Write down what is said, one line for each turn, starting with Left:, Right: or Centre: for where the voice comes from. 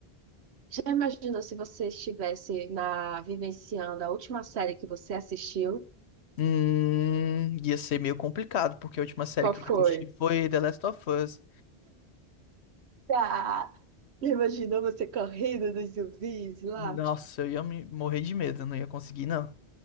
Right: Já imaginou se você estivesse na, vivenciando a última série que você assistiu?
Left: Hum, ia ser meio complicado, porque a última série
Right: Qual
Left: que
Right: foi?
Left: eu assisti foi The Last of Us.
Right: Ah, imaginou você correndo dos zumbis lá?
Left: Nossa, eu ia me morrer de medo, eu não ia conseguir, não.